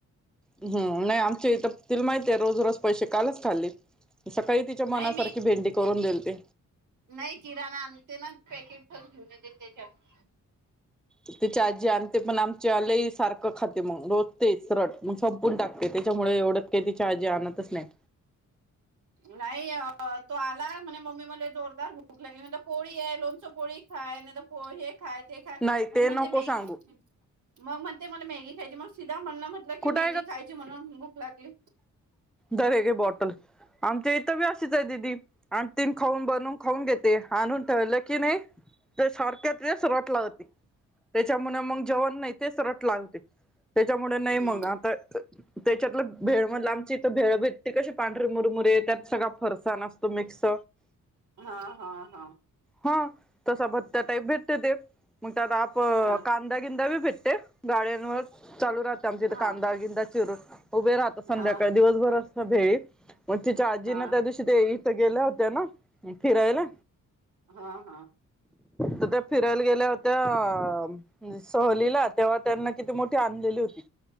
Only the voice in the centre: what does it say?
हम्मं नाहीं आमच्यां इथं ते माहित आहे रोज रोज पैसे कालंच खाल्ली सकाळीं तिच्यां मनांसारखी
भेंडी करूंन देलती
त्यांची आजी आणते पणं आमचे आलेय सारखं खाते मंग रोजं तेचं सरंट मंग संपून टाकते त्यांच्यामुळे एवढंच कांहीं तीची आजी आणतंच नाहीं
नाही
ते
नको
सांगू
कुठं
धरे हे घे बॉटल आमच्यां इथं बी अशीच आहे दिदी आणि ती खाऊंन बनवूंन खाऊंन घेते आंणून ठेरलं की नाहीं ते सारखे तेचं रंट लावते त्यांच्यामुळे मंग जेवणं नाहीं तेचं रंट लागते त्यांच्यामुळे नाहीं
मंग आंता त्यांच्यातले भेळ म्हणलं आमची इथं भेळ भेट्ट कशी पांढरी मुरमुरीे त्यांत सगळां फरसां नं असतो मिक्स
हा तसा भत्त्या टाईप भेटत ते मग त्यात आपण
का बगींदा बी भेटते गाड्यांवर चालू राह ते आमच्या इथ
कांदा गिंंदा चिरून उभे राहता संध्याकाळ
दिवसभर असंत भेळ म तिच्या आजी
ना त्या दिवशी ते इथं गेल्या होत्या ना फिरायला.
त त्या फिरायला गेल्या होत्या सहलीला तेव्हा त्यांना किती मोठी आणलेली होती.